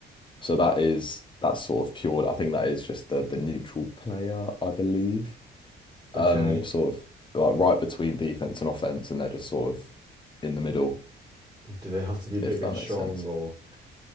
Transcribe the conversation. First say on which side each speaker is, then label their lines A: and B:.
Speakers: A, on the left; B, on the right.
A: So that is that's sort of pure. I think that is just the the neutral player, I believe. Um,
B: okay.
A: sort of like right between defense and offense, and they're just sort of in the middle,
B: Do they have to be big
A: if
B: and
A: that
B: strong
A: makes sense.
B: or